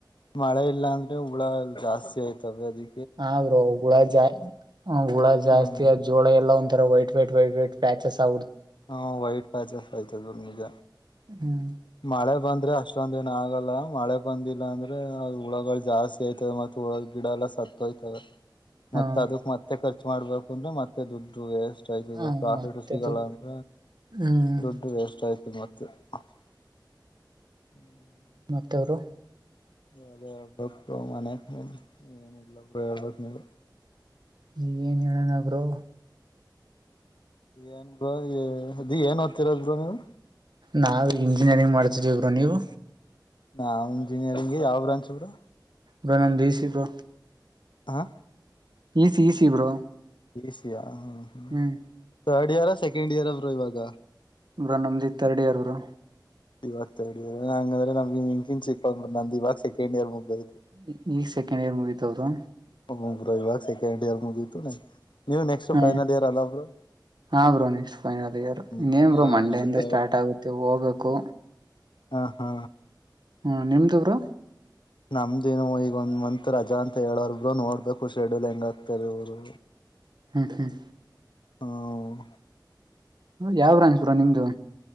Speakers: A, on the left (about 85°); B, on the right (about 65°).
A: ಮಳೆ ಇಲ್ಲ ಅಂದ್ರೆ ಹುಳ ಎ ಜಾಸ್ತಿ ಆಯ್ತವೇ ಅದಿ
B: ಹಾ ಬ್ರೋ ಹುಳ ಜಾ ಹುಳ ಜಾಸ್ತಿ
A: ಹ್ಮ್
B: ಜೋಳ ಎಲ್ಲಾ ಉಂ <unintelligible> ರ white white white white patches ಆ
A: ಹಾ ವೈಟ್ ಪ್ಯಾಚಸ್ ಆಯ್ತುದು ನಿಜ.
B: ಹ್ಮ್
A: ಮಳೆ ಬಂದ್ರೆ ಅಷ್ಟೊಂದ್ ಎನ್ ಆಗಲ್ಲ ಮಳೆ ಬಂದಿಲ್ಲ ಅಂದ್ರೆ ಹುಳಗಳು ಜಾಸ್ತಿ. ಸೇತದೆ ಮತ್ ಹುಳ ಗಿಡ ಎಲ್ಲ ಸತ್ತೋಯ್ತವೆ. ಮತ್ತ್
B: ಹಾ
A: ಅದಕ್ ಮತ್ತೆ ಖರ್ಚ ಮಾಡ್ಬೇಕು ಅಂದ್ರೇ ಮತ್ತೆ ದುಡ್ಡು ವೇಸ್ಟ್. ಆಯ್ತದೆ
B: ಹ
A: ಪ್ರಾಫಿಟ್
B: ಮತ್ತೆ
A: ಸಿಗಲ್ಲ
B: ದುಡ್
A: ಅಂತ
B: ಹ್ಮ್
A: ದುಡ್ಡು ವೇಸ್ಟ್ ಆಯ್ತದೆ ಮತ್ತೆ. <inaudible>
B: ಮತ್ತೇ ಬ್ರೋ.
A: ಎಲ್ಲಾ ಹೇಳ್ಬೇಕ್ ಬ್ರೋ ಮನೆ ಏನ ಇಲ್ಲ ಬ್ರೋ ಹೇಳ್ಬೇಕ್ ನೀವೇ.
B: ಈಗ ಏನ್ ಹೇಳನಾ ಬ್ರೋ.
A: ಏನ್ ಬ್ರೋ ಏ ಅದು ಓದ್ತಿರೋದು ಬ್ರೋ ನೀವು.
B: ನಾವು ಇಂಜಿನಿಯರಿಂಗ್ ಮಾಡ್ತೀದೀವಿ ಬ್ರೋ ನೀವು.
A: ನಾವು ಇಂಜಿನಿಯರಿಂಗೇ ಯಾವ್ ಬ್ರಾಂಚ್ ಬ್ರೋ.
B: ಬ್ರೋ ನನ್ ಡಿಸಿ ಬ್ರೋ.
A: ಹಾ
B: ಈಸಿ ಈಸಿ ಬ್ರೋ.
A: ಈಸಿಯಾ ಹ್ಮ
B: ಹ್ಮ್
A: ಥರ್ಡ್ ಇಯರ್ ಸೆಕೆಂಡ್ ಇಯರ್ರೋ ಬ್ರೋ ಇವಾಗ.
B: ಬ್ರೋ ನಮ್ದ್ ಈಗ್ ಥರ್ಡ್ ಇಯರ್ ಬ್ರೋ.
A: ಇವಾಗ ತರ್ಡ್ ಇಯರ್ಂಗಾದ್ರೇ ನಮಗೆ <unintelligible> ನಮ್ದ ಇವಾಗ ಸೆಕಂಡ್ ಇಯರ್ ಮುಗ್ದೈತೆ.
B: ಈ ಈಗ್ ಸೆಕೆಂಡ್ ಇಯರ್ ಮುಗಿತಾ ಬ್ರೋ.
A: <unintelligible> ಬ್ರೋ ಇವಾಗ ಸೆಕೆಂಡ್ ಇಯರ್ ಮುಗಿತು ನೀವ್ ನೆಕ್ಸ್ಟ್
B: ಹ್ಮ
A: ಫೈನಲ್ ಇಯರ್ ಅಲ್ಲ ಬ್ರೋ.
B: ಹಾ ಬ್ರೋ ನೆಕ್ಸ್ಟ್ ಫೈನಲ್ ಇಯರ್
A: ಹ್ಮ್
B: ಇನ್ನೇನ್
A: ನಾವ್
B: ಬ್ರೋ ಮಂಡೆಯಿಂದ
A: ನೆಕ್ಸ್ಟ್ ಥರ್ಡ್
B: ಸ್ಟಾರ್ಟ್ ಆಗುತ್ತೆ ಹೋಗ್ಬೇಕು.
A: ಹಾ ಹಾ
B: ಹಾ ನಿಮ್ದು ಬ್ರೋ.
A: ನಮ್ದೇನು ಈಗ ಒಂದ್ ಮಂತ್ ರಜಾ ಅಂತ ಹೇಳವ್ರೇ ಬ್ರೋ ನೋಡ್ಬೇಕು ಶೆಡ್ಯೂಲ್ ಹೆಂಗ್ ಆಗ್ತಾರ ಇವರು.
B: ಹ್ಮ್ ಹ್ಮ್
A: ಹ್ಮ
B: ಯಾವ್ ಬ್ರಾಂಚ್ ಬ್ರೋ ನಿಮ್ದು.